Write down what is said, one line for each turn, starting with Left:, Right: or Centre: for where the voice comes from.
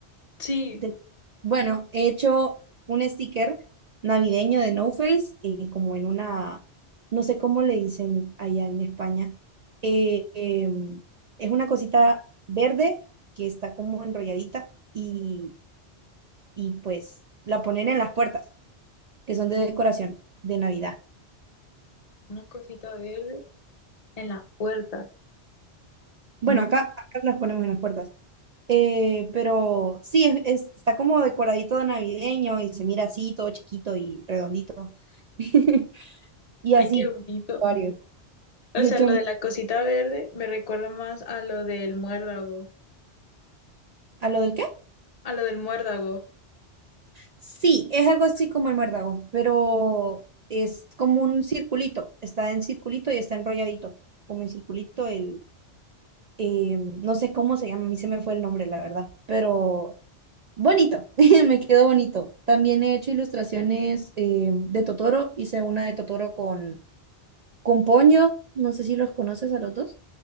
Left: Sí,
Right: de- bueno, he hecho un sticker navideño de No Face, eh, como en una, no sé cómo le dicen allá en España. Eh, em, es una cosita verde que está como enrolladita y, y pues la ponen en las puertas. que son de decoración de Navidad.
Left: una cosita verde en las puertas.
Right: Bueno,
Left: No,
Right: acá, acá las ponemos en las puertas. Eh, pero sí, es, es- está como decoradito de navideño y se mira así, todo chiquito y redondito. <laughs> Y así,
Left: ay, qué bonito.
Right: varios.
Left: O
Right: De
Left: sea,
Right: hecho,
Left: lo
Right: mu-
Left: de la cosita verde me recuerda más a lo del muérdago,
Right: ¿a lo del qué?
Left: a lo del muérdago.
Right: Sí, es algo así como el muérdago, pero es como un circulito. Está en circulito y está enrolladito, como en circulito el... eh, no sé cómo se llama, a mí se me fue el nombre, la verdad, pero Bonito, <laughs> me quedó bonito. También he hecho ilustraciones eh, de Totoro. Hice una de Totoro con, con Ponyo. No sé si los conoces a los dos.